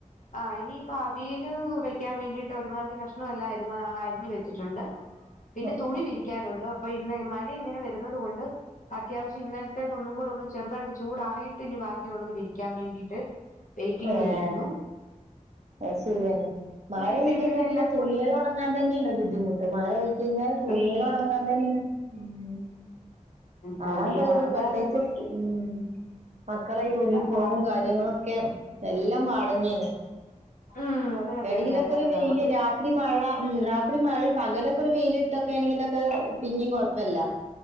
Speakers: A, on the left; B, on the right.
A: ആഹ് ഇനിയിപ്പോ അവിയല് വെക്കാൻ വേണ്ടിയിട്ട് ഒരുമാതിരി കഷ്ണല്ലാം അരിഞ്ഞു വെച്ചിട്ടുണ്ട്
B: <inaudible>
A: പിന്നെ തുണി വിരിക്കാനുണ്ട് അപ്പൊ ഇന്ന് മഴ ഇങ്ങനെ വരുന്നുന്നത് കൊണ്ട് അത്യാവശ്യം ഇന്നലത്തേത് ഒന്നും കൂടെ ഒന്ന് ചെറുതായിട്ട് ചൂടായിട്ട് ഇനി ബാക്കിയ ഉള്ളത് വിരിക്കാൻ വേണ്ടിയിട്ട് ഇങ്ങനെ
B: ഏഹ്
A: ഇരിക്കുന്നു
B: അത് ശരിയാണ് മഴ
A: ഇപ്പൊ
B: ആയി
A: ഇവരുടെ
B: കഴിഞ്ഞാൽ പിന്നെ
A: എല്ലാം
B: തുണികൾ
A: കൂടി
B: ഉണങ്ങാൻ തന്നെയാണ് ബുദ്ധിമുട്ട് മഴ ആയി കഴിഞ്ഞാൽ തുണികൾ
A: ഈ
B: ഉണങ്ങാൻ തന്നെയാണ് ഉം <unintelligible>
A: തുണി ഉണങ്ങാനും പോയിട്ട്
B: <unintelligible> ഉം മക്കളെ യൂണിഫോമും
A: എല്ലാം പാടാ
B: കാര്യങ്ങളൊക്കെ എല്ലാം പാടന്നെയാണ്
A: ഉം അതെ അതെ
B: എടിലൊക്കെ
A: അതെ അതെ
B: ഒരു
A: അതെ
B: വെയില്
A: നമുക്ക്
B: രാത് രാത്രി മഴ ഉ രാത്രി മഴ പകലൊക്കെ ഒരു വെയിലിട്ടൊക്കെ ആണെങ്കിലൊക്കെ പിന്നെയും കൊഴപ്പല്ല